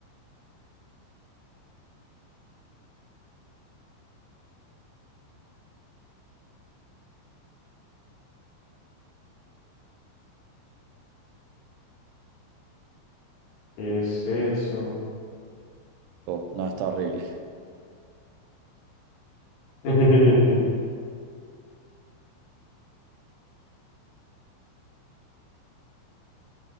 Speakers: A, on the left; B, on the right.
A: ¿Qué es eso?
B: Oh, no, está horrible.
A: <laughs>